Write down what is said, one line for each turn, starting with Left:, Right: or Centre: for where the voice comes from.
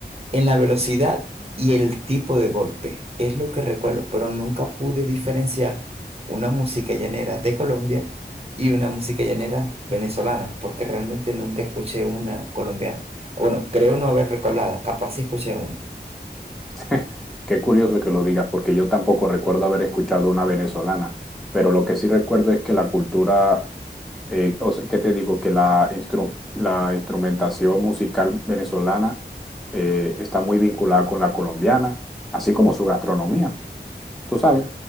Right: en la velocidad y el tipo de golpe. Es lo que recuerdo, pero nunca pude diferenciar una música llanera de Colombia y una música llanera venezolana, porque realmente nunca escuché una colombiana. Bueno, creo no haber recordado, capaz sí escuché una.
Centre: <laughs> Qué curioso que lo digas, porque yo tampoco recuerdo haber escuchado una venezolana, pero lo que sí recuerdo es que la cultura, eh, o sea, ¿qué te digo? Que la, instru- la instrumentación musical venezolana eh, está muy vinculada con la colombiana, así como su gastronomía. Tú sabes,